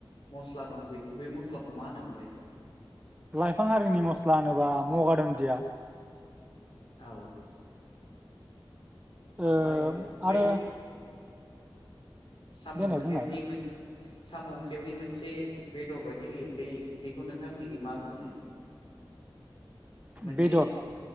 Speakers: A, on the left; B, on the right.
A: मस्ला दं बे बै मस्लाखौ मा होनोमोनलाय?
B: लाइफां आरिनि मस्ला होनोब्ला मगा दुन्दिया।
A: औ ओमफ्राय
B: ओ
A: बै
B: आरो
A: साम'
B: देनाय
A: ओंख्रियावदि
B: बुंनाय
A: मोन साम' ओंख्रियावनि मोनसे बेदर बायदि होयो बे बेखौ नोंथांमोननिखै मा बुङो? मोनसे
B: बेदर।